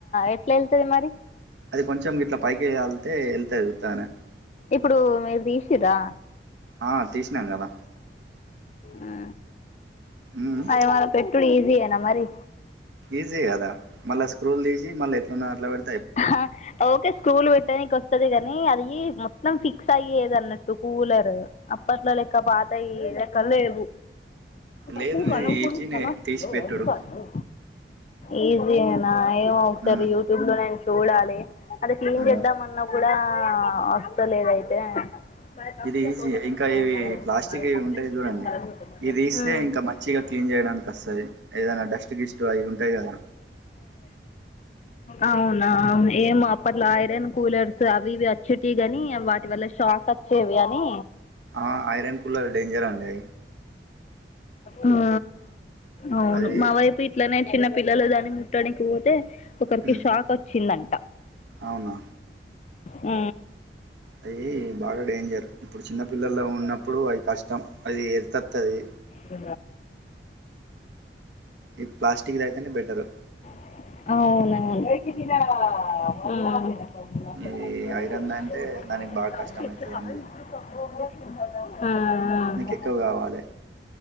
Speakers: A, on the left (about 40°); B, on the right (about 85°).
A: ఎట్లా వెళ్తది మరి
B: అది కొంచెం ఇట్లా పైకి ఆళ్తే వెళ్తది ఉత్తగానే
A: ఇప్పుడు మీరు తీసిరా
B: ఆ తీసినాం కదా
A: ఆ
B: మ్మ్
A: అది మ పెట్టుడు ఈజీ నా మరి
B: ఈజీ కదా మళ్ళా స్క్రూలు తీసి మళ్ళీ ఎట్లున్న అట్లా పెడి
A: ఆహ్ ఓక స్కూల్ పెట్టడానికి వస్తది కాని అది మొత్తం ఫిక్స్ అయ్యేది అన్నట్టు కూలర్ అప్పట్లో లెక్క పాతయి ఏదక్క లేవు కకుడు
B: లేదు
A: కరం
B: ఇది
A: కొ
B: ఈజీనే
A: చలా
B: తీసి పెట్టుడు
A: అది కారు ఈజీనా ఏమో ఒకసారి
B: మ్మ్
A: యూట్యూబ్ లో నేను చూడాలి అది క్లీన్
B: మ్మ్
A: చేద్దామ అన్న కూడా వస్తలేదయితే ఉ
B: ఇది ఈజీ ఇంకా ఇవి ప్లాస్టిక్ ఇవి ఉంటాయి చూడండి ఇది తీస్తే ఇంకా మంచిగా క్లీన్ చేయడానికి వస్తది ఏదైనా డస్ట్ గిస్ట్ అవి ఉంటాయి కదా
A: అవు నా ఏమో అప్పట్లో ఐరన్ కూలర్స్ అవి ఇవి వచ్చేటివి కాని వాటి వల్ల షాక్ వచ్చేవి గాని
B: ఆ ఐరన్ కులర్ డేంజర్ అండి
A: ఆ అవును
B: అది
A: మా వైపు ఇట్లనే చిన్న పిల్లలు దాన్ని ముట్టడానికి పోతే ఒకరికి
B: ఉమ్
A: షాక్ వచ్చిందండి
B: అవునా
A: ఉ
B: అయ బాగా డేంజర్ ఇప్పుడు చిన్న పిల్లల్లో ఉన్నప్పుడు అది కష్టం అది ఎతతుది
A: ఉ
B: ఈ ప్లాస్టిక్ ద అయితేనే బెటరు
A: అవును ఉ
B: ఈ ఐరన్ అంటే దానికి బాగా కష్టం
A: ఉ
B: అయితదండి ఎకువ కావాలి